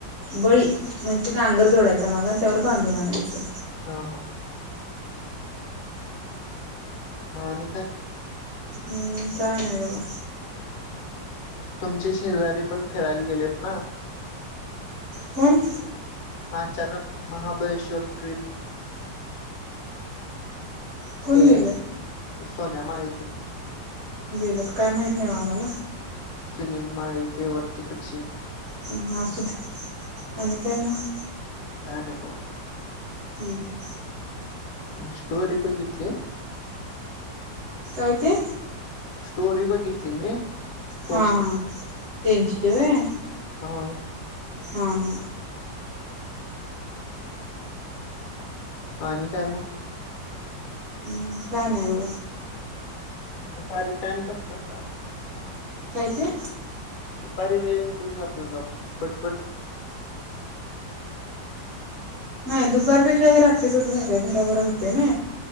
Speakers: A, on the right; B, on the left.
A: बळी म्हणजे ते नांगर जोडायचा मागं आणि त्यावर बांधून आणायचं.
B: हो हो. म आणि काय?
A: हम्म काय नाही बाबा.
B: तुमचे शेजारी पण फिरायला गेलेत ना?
A: कोण?
B: अचानक महाबळेश्वर ट्रिप.
A: कोण
B: ते
A: गेलेत
B: सोन्या माळी तेन.
A: गेल्यात काय माहित नाही ओ आम्हाला.
B: सुनील माळी ते वर तिकडचे.
A: हा असु दे आणि काय मग?
B: काही नाही बघा.
A: हम्म हम्.
B: म्या स्टोरी बघितली
A: काय ते?
B: स्टोरी बघितली मी. पोस्ट
A: हा हा तेंचि होय?
B: हा.
A: हा हा.
B: आणि काय मग?
A: हम्म काय नाही बघा.
B: दुपारी टाइमपास करता आला.
A: काय ते?
B: दुपारी वेळ निघून जातोय का पटपट.
A: नाही दुपारपेक्षा हे रात्रीचच भारी आहे भराभरा होते ना.